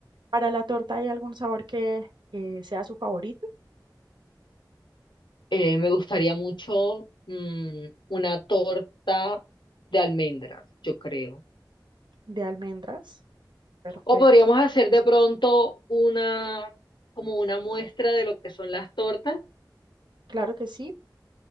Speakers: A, on the right; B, on the left.
A: Para la torta, ¿hay algún sabor que eh, sea su favorito?
B: Eh, me gustaría mucho mm, una torta de almendras, yo creo.
A: De almendras. Perfecto.
B: O podríamos hacer de pronto una, como una muestra de lo que son las tortas
A: Claro que sí.